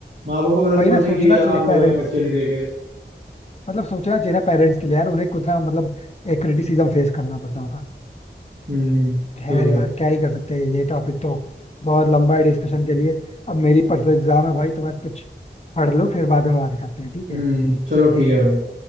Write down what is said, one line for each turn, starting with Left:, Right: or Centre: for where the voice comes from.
Right: माँ बाप को गलत
Left: वही
Right: बोलते
Left: ना
Right: हैं
Left: सोचना
Right: कि आप
Left: चाहिए
Right: लोगों
Left: पेरेंट्स
Right: ने बच्चे नहीं देखे
Left: मतलब सोचना चाहिए ना पेरेंट्स के लिए यार उन्हें कितना मतलब एक क्रिटिसिज्म फेस करना पड़ता होगा
Right: हम्म
Left: खैर
Right: तो क्या
Left: यार क्या ही कर सकते हैं ये टॉपिक तो बहुत लंबा है डिस्कशन के लिए अब मेरी परसों एग्जाम है भाई तो मैं कुछ पढ़ लूँ फिर बाद में बात करते हैं ठीक
Right: हम्म
Left: है
Right: चलो ठीक है भाई